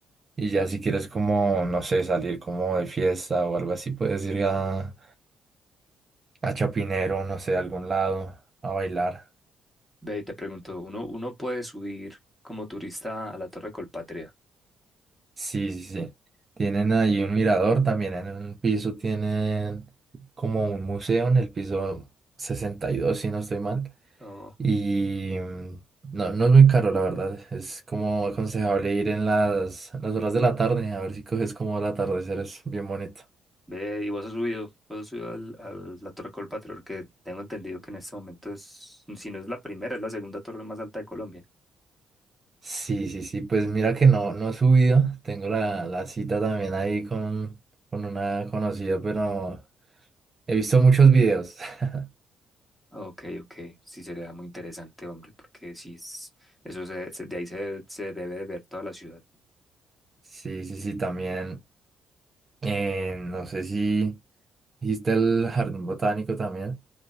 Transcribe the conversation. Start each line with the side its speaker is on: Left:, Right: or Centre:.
Right: Y ya si quieres como, no sé, salir como de fiesta o algo así, puedes ir a, a Chapinero, no sé, a algún lado, a bailar.
Centre: Ve y te pregunto, ¿uno, uno puede subir como turista a la Torre Colpatria?
Right: Sí, sí, sí. Tienen ahí un mirador también en un piso, tienen como un museo en el piso 62, si no estoy mal.
Centre: Oh,
Right: Y mm, no, no es muy caro, la verdad. Es como aconsejable ir en las, en las horas de la tarde, a ver si coges como el atardecer, es bien bonito.
Centre: Ve, y vos has subido, vos has subido al, al- la Torre Colpatrio, que tengo entendido que en este momento es, si no es la primera, es la segunda torre más alta de Colombia.
Right: Sí, sí, sí, pues mira que no, no he subido. Tengo la, la cita también ahí con, con una conocida, pero he visto muchos videos. <laughs>
Centre: Ok, ok, sí sería muy interesante, hombre, porque sí, es- eso se, se- de ahí se, se debe de ver toda la ciudad.
Right: Sí, sí, sí, también. eh, no sé si hiciste el jardín botánico también.